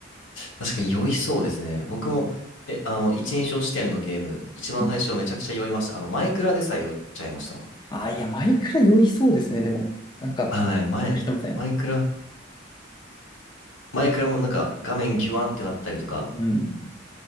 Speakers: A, on the left; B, on the left.
A: 確かに酔いそうですね。僕も、
B: うん
A: え、あの、一人称視点のゲーム、一番最初めちゃくちゃ酔いました。
B: うん
A: あの、マイクラでさえ酔っちゃいましたもん。
B: あ、いや、マイクラ酔いそうですね、でも。なんか、
A: はい、マイ、
B: してません
A: マイクラ、マイクラもなんか画面ギュワンってなったりとか
B: うん、